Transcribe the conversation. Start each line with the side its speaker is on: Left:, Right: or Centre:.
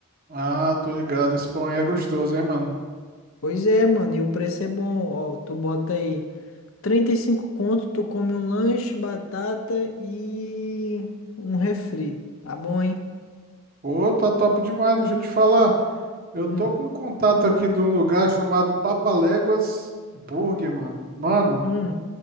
Right: Ah, tô ligado, esse pão aí é gostoso, hein, mano?
Left: Pois é, mano, e o preço é bom, ó, tu bota aí 35 conto, tu come um lanche, batata e um refri, tá bom, hein?
Right: Pô, tá top demais, deixa eu te falar. Eu
Left: Hum,
Right: tô com um contato aqui de um lugar chamado Papaléguas Burger, mano. Mano,
Left: hum,